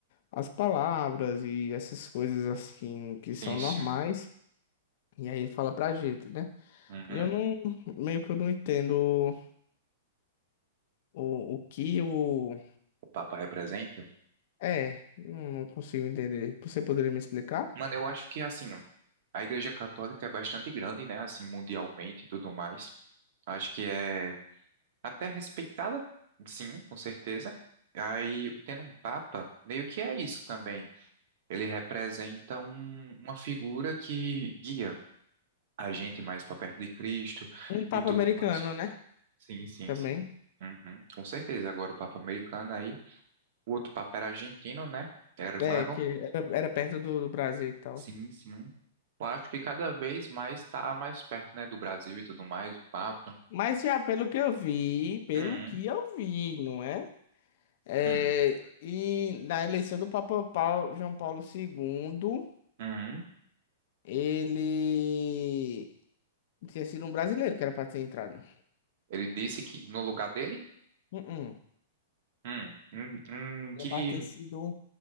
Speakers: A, on the left; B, on the right.
A: as palavras e essas coisas, assim, que são
B: Sim,
A: normais.
B: sim.
A: E aí ele fala pra gente, né?
B: Uhum.
A: E eu não, meio que eu não entendo o, o que o...
B: O Papa representa?
A: É, não não consigo entender. Você poderia me explicar?
B: Mano, eu acho que, assim, a Igreja Católica é bastante grande, né? Assim, mundialmente e tudo mais. Acho que é até respeitada, sim, com certeza. Aí, tendo um Papa, meio que é isso também. Ele representa um- uma figura que guia. a gente mais para perto de Cristo
A: Um Papa
B: e tudo
A: americano,
B: mais.
A: né?
B: Sim, sim,
A: Também.
B: sim. Uhum, com certeza. Agora o Papa americano aí. O outro Papa era argentino, né? Hermano.
A: É, que era, era perto do, do Brasil e tal.
B: Sim, sim. Eu acho que cada vez mais está mais perto, né, do Brasil e tudo mais, o Papa.
A: Mas já pelo que eu vi, pelo
B: Uhum,
A: que eu vi, não é? É,
B: uhum,
A: e na eleição do Papa Paulo, João Paulo II,
B: uhum.
A: ele tinha sido um brasileiro que era para ter entrado.
B: Ele disse que no lugar dele?
A: Uh-uh.
B: Hum, hum, hum, que
A: Era para ter sido